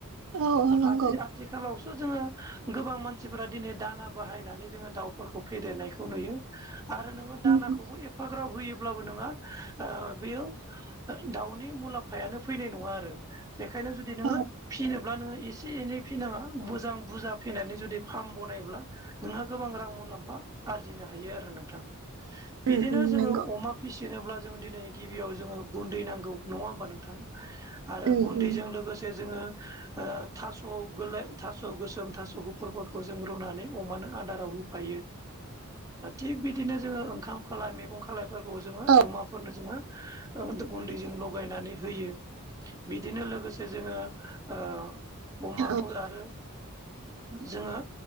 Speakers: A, on the right; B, on the right.
A: औ औ नंगौ
B: आदि आ थिखालावसो जोङो गोबां मानसिफोरा दिनै दाना बाहायनानै जोङो दाउफोरखौ फेदेरनायखौ नुयो आरो नोङो
A: उम
B: दानाखौबो
A: उम
B: ए फाग्राब होयोब्लाबो नङा बेयाव दाउनि मुलामफायानो फैनाय नङा आरो बेनिखायनो जुदि नोङो
A: औ
B: फिनोब्ला नोङो एसे एनै फिनाङा मोजां बुरजा फैनानै जुदि फार्म बनायब्ला नोंहा गोबां रां मुलामफा आरजिनो हायो आरो नोंथां
A: उम
B: बिदिनो
A: उम
B: जोङो
A: नंगौ
B: अमा फिसिनोब्ला जों दिनै गिबियाव जोङो गुनदै नांगौ नङा होमबा नोंथां आरो
A: उम
B: गुनदैजों
A: उम
B: लोगोसे जोङो थास'ल थास' गोसोम थास' गुफुरफोरखौ जों रुनानै अमानो आदाराव फायो थिग बिदिनो जोङो ओंखाम खालाय मैगं खालायफोरखौबो जोङो
A: औ
B: अमाफोरनो जोङो ओ गुनदैजों लगायनानै होयो बिदिनो लोगोसे जोङो ओ अमाखौ
A: औ
B: आरो जोङो